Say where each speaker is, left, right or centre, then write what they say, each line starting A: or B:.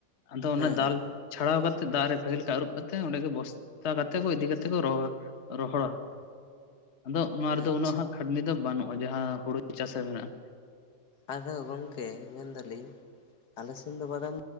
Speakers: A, on the left; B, on the left.
A: ᱟᱫᱚ ᱚᱱᱟ
B: ᱦᱮᱸ
A: ᱫᱟᱞ
B: ᱦᱮᱸ
A: ᱪᱷᱟᱲᱟᱣ ᱠᱟᱛᱮ ᱫᱟᱜ ᱨᱮ ᱵᱷᱟᱹᱜᱤ ᱞᱮᱠᱟ ᱟᱹᱨᱩᱯ ᱠᱟᱛᱮ ᱚᱸᱰᱮ ᱜᱮ ᱵᱚᱥᱛᱟ ᱠᱟᱛᱮ ᱠᱚ ᱤᱫᱤ ᱠᱟᱛᱮᱜ ᱠᱚ ᱨᱚᱦᱚᱲ ᱨᱚᱦᱚᱲᱟ᱾ ᱟᱫᱚ ᱱᱚᱣᱟ ᱨᱮᱫᱚ
B: ᱟᱪᱪᱷᱟ
A: ᱩᱱᱟᱹᱜ ᱦᱟᱸᱜ ᱠᱷᱟᱹᱴᱱᱤ ᱫᱚ ᱵᱟᱹᱱᱩᱜᱼᱟ ᱡᱟᱦᱟᱸ ᱦᱩᱲᱩ ᱪᱟᱥ ᱨᱮ ᱢᱮᱱᱟᱜᱼᱟ᱾
B: ᱟᱫᱚ ᱜᱚᱢᱠᱮ ᱢᱮᱱᱫᱟᱞᱤᱧ ᱟᱞᱮ ᱥᱮᱱ ᱫᱚ ᱵᱟᱰᱟᱢ